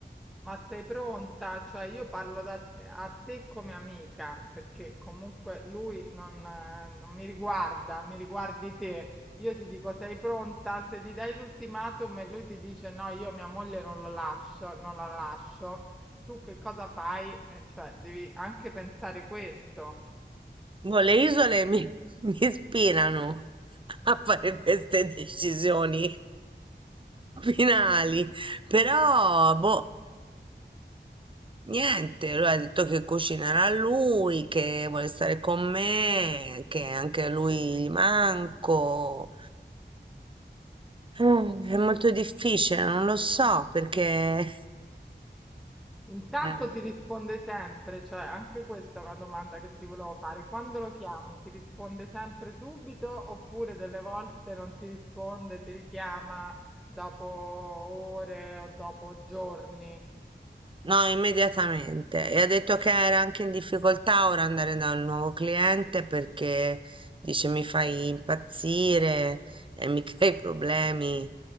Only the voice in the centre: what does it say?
Ma sei pronta? Cioè io parlo da, a te come amica, perché comunque lui non, eh, non mi riguarda, mi riguardi te. Io ti dico sei pronta? Se gli dai l'ultimatum e lui ti dice no, io mia moglie non lo lascio, non la lascio, tu che cosa fai? Eh, cioè devi anche pensare questo.
Intanto
ti risponde sempre, cioè anche questa è una domanda che ti volevo fare. Quando lo chiami, ti risponde sempre subito oppure delle volte non ti risponde, ti richiama dopo ore o dopo giorni?